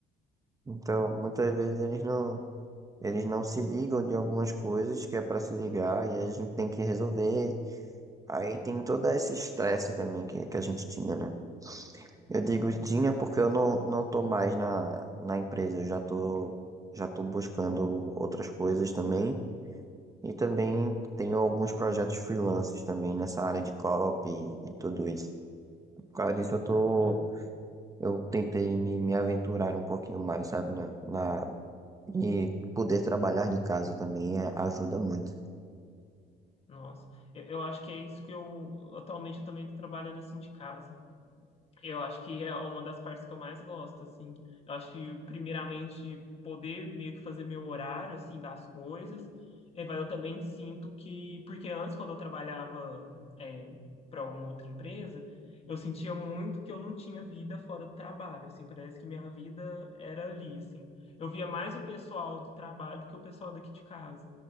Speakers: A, on the right; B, on the left.
A: Então, muitas vezes eles não Eles não se ligam de algumas coisas que é para se ligar e aí a gente tem que resolver. Aí tem todo esse estresse também que, que a gente tinha, né? Eu digo tinha porque eu não, não tô mais na, na empresa, eu já tô, já tô buscando outras coisas também. E também tenho alguns projetos freelances também nessa área de copy e, e tudo isso. Por causa disso eu tô,
B: Ai, legal.
A: eu tentei me, me aventurar um pouquinho mais, sabe? Na, na, e poder trabalhar de casa também é, ajuda muito.
B: Nossa, eu, eu acho que é isso que eu atualmente eu também tô trabalhando assim de casa. Eu acho que é uma das partes que eu mais gosto, assim. Eu acho que, primeiramente, poder meio que fazer meu horário, assim, das coisas. E vai, eu também sinto que... Porque antes, quando eu trabalhava, é, para alguma outra empresa, eu sentia muito que eu não tinha vida fora do trabalho, assim. Parece que minha vida era ali, assim. Eu via mais o pessoal do trabalho do que o pessoal daqui de casa.